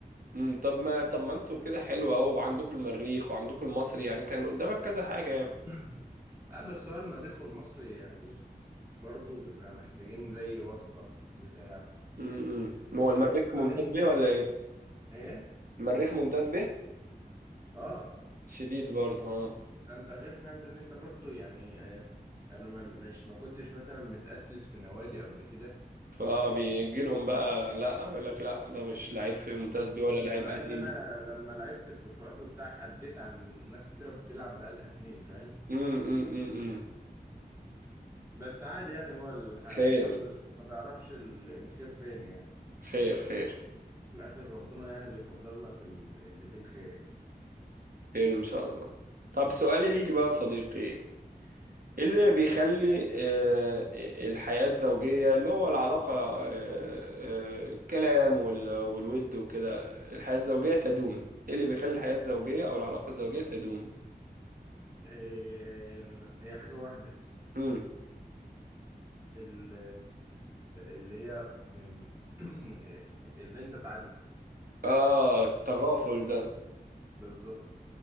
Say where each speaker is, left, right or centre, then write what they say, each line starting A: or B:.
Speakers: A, on the right; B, on the right.
A: امم طب ما طب ما انتوا كده حلو اهو وعندكم المريخ وعندكم المصري يعني كان قدامك كذا حاجة يعني
B: <clears throat> اه بس هو المريخ والمصري يعني بص برضه بيبقى محتاجين زي واسطة بتاع
A: امم ما هو المريخ
B: كده بعدين
A: ممتاز بيه ولا ايه؟
B: ايه
A: المريخ ممتاز بيه؟
B: اه
A: شديد برضه اه
B: انت غير فاهم ان انت برضه يعني إيه؟ انا ما مش ما كنتش مثلا متأسس في نوادي قبل كده
A: فبيجي لهم بقى لا يقول لك لا ده مش لعيب في ممتاز
B: بالظبط
A: بيه ولا لعيب
B: مع
A: قديم
B: ان انا لما لعبت في برفوات وبتاع عديت عن ناس كتيره بتلعب بقالها سنين فاهم
A: امم امم امم
B: بس عادي يعني هو الح... الحمد
A: خير
B: لله ما تعرفش ال... الخير فين يعني
A: خير خير
B: في الاخر ربنا يعني بيقدر لك ال... اللي فيه الخير يعني
A: خير ان شاء الله طب سؤالي ليك بقى يا صديقي إيه اللي بيخلي آه، الحياة الزوجية اللي هو العلاقة آه، آه، الكلام وال- والود وكده الحياة الزوجية تدوم ايه اللي بيخلي الحياة الزوجية او العلاقة الزوجية تدوم
B: إيه... هي حاجه واحده
A: امم
B: ال... اللي هي ال... <clears throat> اللي انت تعدي
A: اه التغافل ده
B: بالظبط